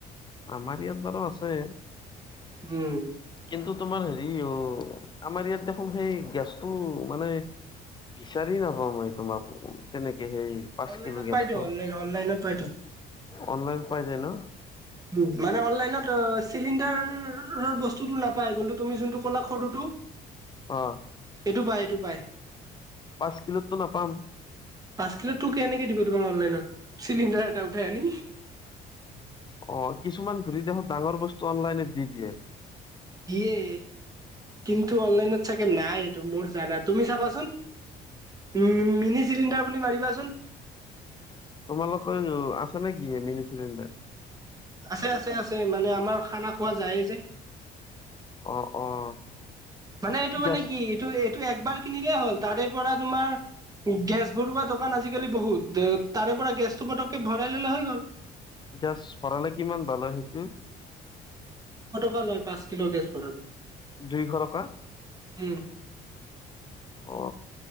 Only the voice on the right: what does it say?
উম,
অনলাইনত
পাইটো অনলাইন অনলাইনত পাইটো
উ মানে অনলাইনত অ চিলিণ্ডাৰৰ বস্ স্তুটো নাপায় কিন্তু তুমি যোনটো কলা সৰুটো
এইটো পায় - এইটো পায়।
পাঁচ কিলো টো কেনেকে দিব তোমাক অনলাইনত চিলিণ্ডাৰ এটা উঠাই আনি
দিয়ে কিন্তু অনলাইনত চাগে নাই এইটো মোৰ জানা তুমি চাবাচোন। উম, মিনি চিলিণ্ডাৰ বুলি মাৰিবাচোন।
আছে- আছে - আছে মানে আমাৰ খানা খোৱা যায়ে যে।
মানে এইটো মানে
কি এইটো এইটো একবাৰ কিনিলে হ'ল তাৰে পৰা তোমাৰ গেছ ভৰোৱা দোকান আজিকালি বহুত তাৰে পৰা গেছ টো পটককে ভৰাই ল'লে হৈ গ'ল
এশ টকা লয় পাঁচ কিলো গেছ ভৰালে
উম